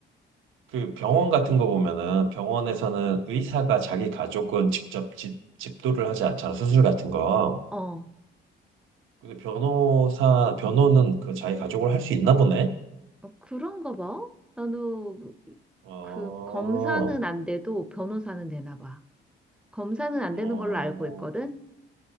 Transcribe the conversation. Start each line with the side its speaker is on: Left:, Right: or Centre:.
Right: 그 병원 같은 거 보면은 병원에서는 의사가 자기 가족은 직접 집, 집도를 하지 않잖아. 수술 같은 거.
Centre: 어,
Right: 근데 변호사, 변호는 그 자기 가족을 할 수 있나 보네.
Centre: 그런가 봐. 나도
Right: 어,
Centre: 그 검사는 안 돼도 변호사는 되나 봐. 검사는 안 되는
Right: 어,
Centre: 걸로 알고 있거든.